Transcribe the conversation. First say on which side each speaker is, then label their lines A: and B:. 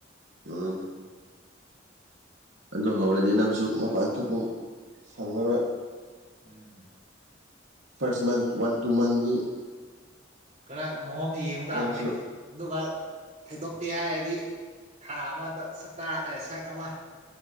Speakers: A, on the right; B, on the right.
A: ꯎꯝ ꯑꯗꯨ ꯍꯧꯔꯗꯤ ꯅꯪꯁꯨ ꯃꯄꯥꯟ ꯊꯣꯛꯄ ꯁꯪꯉꯔꯣꯏ
B: ꯎꯝ
A: first month one two month
B: ꯈꯔ ꯃꯑꯣꯡ ꯌꯦꯡꯕ ꯇꯥꯕꯅꯦ
A: ꯅꯪꯁꯨ
B: ꯑꯗꯨꯒ ꯊꯩꯗꯣꯛꯇꯦ ꯍꯥꯏꯔꯗꯤ ꯊꯥ ꯑꯃꯗ ꯁꯛ ꯑꯃ